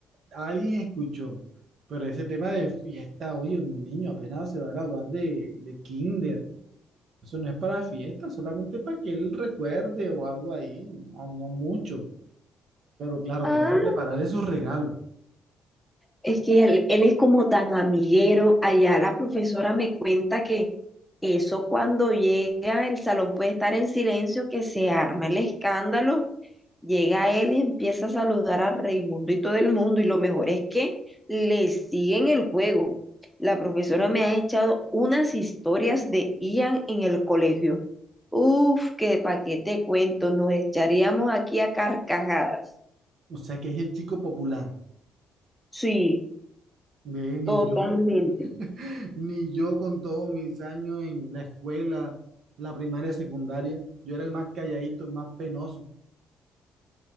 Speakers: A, on the right; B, in the centre.
A: Alguien escuchó, pero ese tema de fiesta, oye, un niño apenas se va a graduar de, de kinder. Eso no es para fiesta, solamente para que él recuerde o algo ahí, no, no mucho. Pero claro,
B: Ah,
A: tengo que preparar esos regalos.
B: Es que él, él es como tan amiguero. Allá la profesora me cuenta que eso cuando llega el salón puede estar en silencio, que se arma el escándalo Llega él y empieza a saludar a Raimundo y todo el mundo. Y lo mejor es que le siguen el juego. La profesora me ha echado unas historias de Ian en el colegio. Uf, que pa' qué te cuento, nos echaríamos aquí a carcajadas.
A: O sea que es el chico popular.
B: Sí,
A: Ven,
B: totalmente.
A: y yo. <laughs> Ni yo con todos mis años en la escuela, la primaria y secundaria, yo era el más calladito, el más penoso.